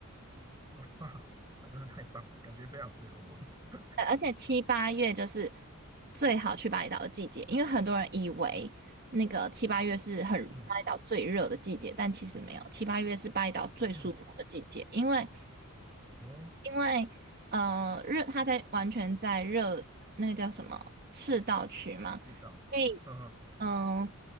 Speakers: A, on the right; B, on the right.
A: 啊？那真的太棒了，感觉非常适合我。<laughs>
B: 呃而且七八月就是最好去巴厘岛的季节，因为很多人以为那个七八月是很巴厘岛最热的季节，
A: 嗯
B: 但其实没有，七八月是巴厘岛最舒服的季节，
A: 嗯，
B: 因为
A: 哦，
B: 因为呃热，它在完全在热那个叫什么赤道区嘛，
A: 知道。
B: 所以
A: 嗯
B: 嗯。